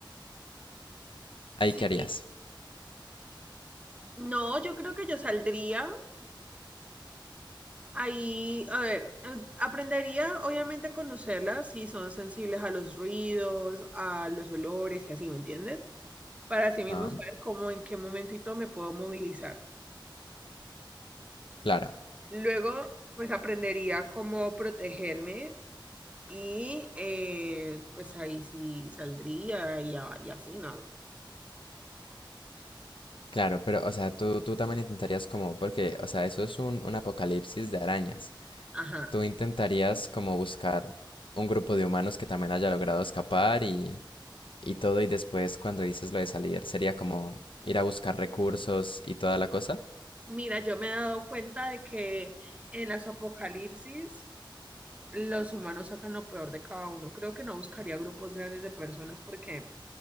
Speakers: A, on the right (about 15°); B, on the left (about 85°).
A: Sí.
B: Ahí, ¿qué harías?
A: No, yo creo que yo saldría. Ahí, a ver, eh, aprendería obviamente a conocerlas si son sensibles a los ruidos, a los olores y así, ¿me entiendes? Para
B: Ajá,
A: así mismo saber cómo en qué momento y todo me puedo movilizar.
B: claro,
A: Luego, pues aprendería cómo protegerme y eh, pues ahí sí saldría y, a- y así, ¿no?
B: claro, pero, o sea, tú, tú también intentarías como, porque, o sea, eso es un, un apocalipsis de arañas.
A: Ajá.
B: Tú intentarías como buscar un grupo de humanos que también haya logrado escapar y, y todo, y después cuando dices lo de salir, sería como ir a buscar recursos y toda la cosa.
A: Mira, yo me he dado cuenta de que en las apocalipsis los humanos sacan lo peor de cada uno. Creo que no buscaría grupos grandes de personas porque